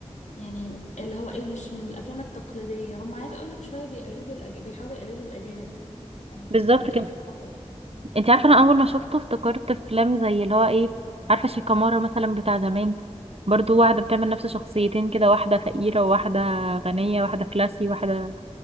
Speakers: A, on the left (about 80°); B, on the right (about 55°).
A: يعني اللي هو ايه مش من الأفلام التقليدية هم عايز أقولك شوية بيقلدوا الأج... بيحاولوا يقلدوا الأجانب
B: بالظبط
A: في الأفكار
B: كده انت عارفه انا اول ما شفته افتكرت افلام زي اللي هو ايه عارفه شيكامارا مثلا بتاع زمان برضو واحده بتعمل نفس شخصيتين كده واحده فقيره وواحده غنيه واحده كلاسي واحده